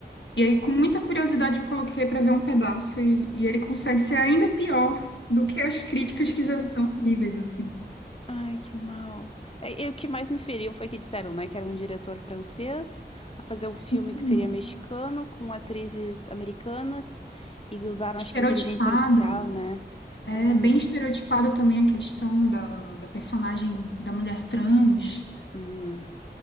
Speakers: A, on the left; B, on the left.
A: E aí, com muita curiosidade, eu coloquei pra ver um pedaço e, e ele consegue ser ainda pior do que as críticas
B: Ui.
A: que já são horríveis, assim.
B: Ai, que mal. É, e o que mais me feriu foi que disseram, né, que era um diretor francês a fazer um
A: Sim,
B: filme que seria mexicano com atrizes americanas e usaram,
A: estereotipado.
B: acho que, inteligência artificial, né?
A: É
B: Ah,
A: bem estereotipado também a questão da, da personagem da mulher trans.
B: hum,